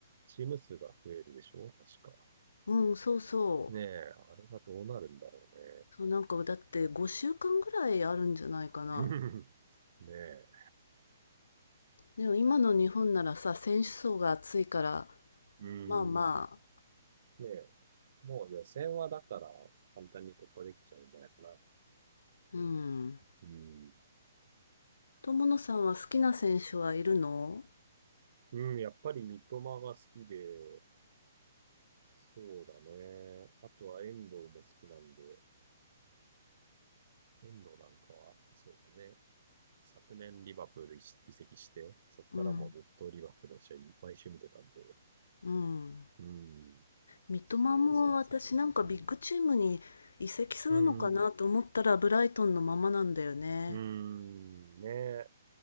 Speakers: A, on the right (about 50°); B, on the left (about 85°).
A: チーム数が増えるでしょ確か。
B: うん、そうそう。
A: ねえ。あれがどうなるんだろうね。
B: そう、なんかだって5週間ぐらいあるんじゃないかな。
A: <laughs> ねえ。
B: でも今の日本ならさ、選手層が厚いから、
A: うん。
B: まあまあ、
A: ねえ。もう予選はだから簡単に突破できちゃうんじゃないかな。
B: うん。
A: うん。
B: 友野さんは好きな選手はいるの
A: うん、やっぱり三笘が好きで、そうだね。あとは遠藤も好きなんで、遠藤なんかは、そうだね。昨年リバプール移籍して、そこからもうずっとリバプールの試合毎週見てたんで、
B: うん、うん。
A: うん、
B: 三笘も私なんかビッグチームに移籍するのかなと思ったらブライトンのままなんだよね。
A: すごい好きだ選手。うん。うん。うん。ねえ。